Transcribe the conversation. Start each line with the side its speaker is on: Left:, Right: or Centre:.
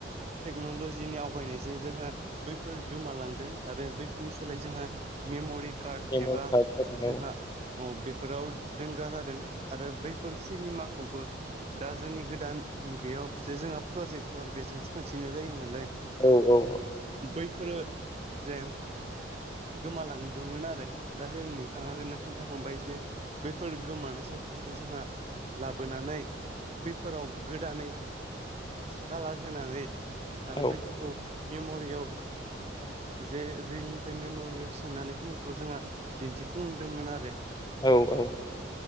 Right: टेक्न'लजिनि आवगायनायजों जोंहा बैफोर गोमालांदों आरो बैफोरनि सोलाय जोंहा मेम'रि कार्ड
Left: मेमरि
Right: एबा
Left: कार्ड जादों
Right: जोंहा औ बेफोराव दोंगा जादों आरो बैफोर सिनेमा खौबो दा जोंनि गोदान बेयाव जे जोंहा प्रजेक्टर बेजोंसो खोनन्थिनाय जायो नालाय
Left: औ औ औ
Right: बैफोरो जे गोमालांदोंमोन आरो दा ज नोंथाङानो खोन्थाखांबाय जे बेफोर गोमानाय सावथुनखौ जोंहा लाबोनानै बेफोराव गोदानै कालार होनानै आरो
Left: औ
Right: बेफोर खौ मेम'रियाव जे रिलनिफ्राय मेम'रियाव सोनानै फिल्मखौ जोंङहा दिन्थिफुंदोंमोन आरो
Left: औ औ औ